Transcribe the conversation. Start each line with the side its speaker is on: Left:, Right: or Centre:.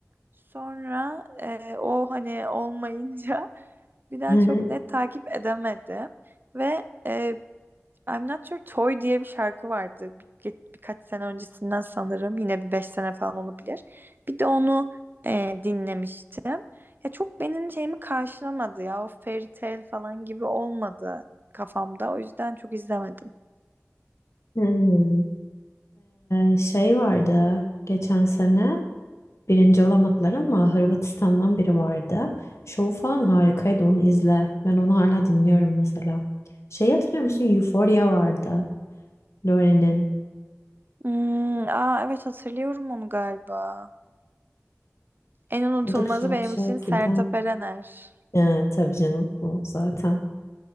Right: sonra e, o hani olmayınca <laughs> bir daha
Left: <laughs>
Right: çok net takip edemedim. Ve e, I'm Not Your Toy diye bir şarkı vardı. Bir, birkaç sene öncesinden sanırım. Yine bir beş sene falan olabilir. Bir de onu e, dinlemiştim. Ya çok benim şeyimi karşılamadı ya. O fairy tale falan gibi olmadı kafamda. O yüzden çok izlemedim.
Left: Hmm. E, şey vardı geçen sene. Birinci olamadılar ama Hırvatistan'dan biri vardı. Şovu falan harikaydı onu izle. Ben onu hala dinliyorum mesela. Şey hatırlıyor
Right: Hmm.
Left: musun? Euphoria vardı. Lore'nin.
Right: Hmm, aa evet hatırlıyorum onu galiba. En unutulmazı
Left: O da güzel
Right: benim
Left: bir şarkıydı.
Right: için Sertab Erener.
Left: Ee, tabii canım o zaten.